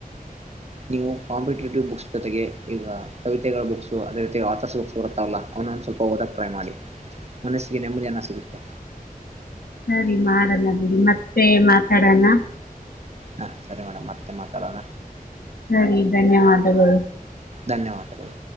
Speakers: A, on the right; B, on the left.
A: ನೀವು ಕಾಂಪಿಟೇಟಿವ್ ಬುಕ್ಸ್ ಜೊತೆಗೆ ಈಗ ಕವಿತೆಗಳ ಬುಕ್ಸ್ ಅದೇ ರೀತಿ ಆಥರ್ಸ್ ಬುಕ್ಸ್ ಬರ್ತ್ತಾವಲ್ಲ ಅವನೊಂದ್ ಸ್ವಲ್ಪ ಓದಕ್ ಟ್ರೈ ಮಾಡಿ. ಮನಸ್ಸಿಗೆ ನೆಮ್ಮದಿಯನ ಸಿಗುತ್ತೆ.
B: ಸರಿ ಮಾಡಣ ಬಿಡಿ ಮತ್ತೆ ಮಾತಾಡಣ.
A: ಹಾ ಸರಿ ಮೇಡಮ್ ಮತ್ತೆ ಮಾತಾಡೋಣ.
B: ಸರಿ ಧನ್ಯವಾದಗಳು.
A: ಧನ್ಯವಾದಗಳು.